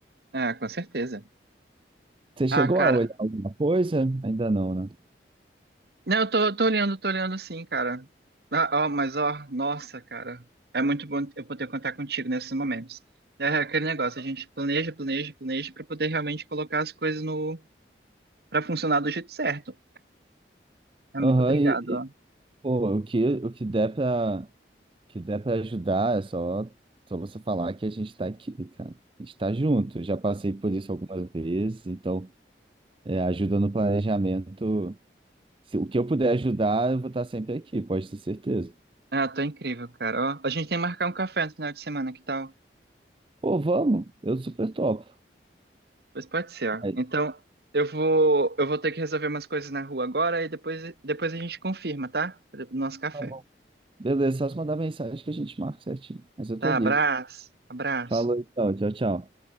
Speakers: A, on the right (about 60°); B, on the right (about 30°).
A: É, com certeza.
B: Você chegou
A: Ah, cara.
B: a olhar alguma coisa? Ainda não, né?
A: Não, eu tô, tô olhando, tô olhando sim, cara. Ah, ó, mas ó, nossa, cara. É muito bom eu poder contar contigo nesses momentos. É é aquele negócio, a gente planeja, planeja, planeja pra poder realmente colocar as coisas no para funcionar do jeito certo. É,
B: Aham,
A: muito obrigado,
B: e,
A: ó.
B: e, pô, o que, o que der pra, o que der pra ajudar é só, só você falar que a gente tá aqui, cara. A gente tá junto, já passei por isso algumas vezes, então é, ajuda no planejamento Se o que eu puder ajudar, eu vou estar sempre aqui, pode ter certeza.
A: Ah, tô incrível, cara. Ó, a gente tem que marcar um café no final de semana, que tal?
B: Pô, vamos, eu super topo.
A: Pois pode ser, ó.
B: Aí,
A: Então, eu vou, eu vou ter que resolver umas coisas na rua agora e depois, depois a gente confirma, tá? Do Nosso café.
B: tá bom. Beleza, só se mandar mensagem que a gente marca certinho. Mas eu
A: Tá,
B: tô livre.
A: abraço, abraço.
B: Falou então, tchau, tchau.